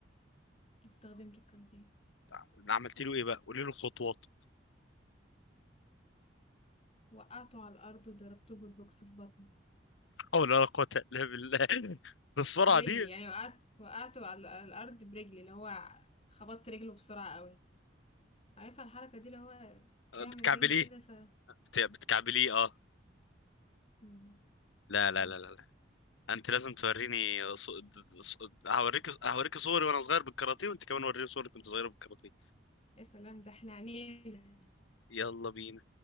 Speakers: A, on the left (about 30°); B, on the left (about 80°).
A: استخدمت الكاراتيه.
B: ع- عملت له ايه بقى قولي له الخطوات
A: وقعته على الأرض وضربته بالبوكس في بطنه
B: او لا لا قوه الا بالله <laughs> بالسرعه
A: برجلي
B: دي
A: يعني وقعت وقعته على الأرض برجلي اللي هو خبطت رجله بسرعة قوي عارفة الحركة دي اللي هو تعمل
B: بتكعبليه
A: رجلي كده ف
B: بت- بتكعبليه اه
A: مم،
B: لا لا
A: عملت
B: لا لا
A: كده
B: لا. انت لازم توريني ص... ص... هوريك هوريك صوري وانا صغير بالكاراتيه وانت كمان وريني صورك وانت صغير بالكاراتيه
A: يا سلام ده احنا عنينا
B: يلا بينا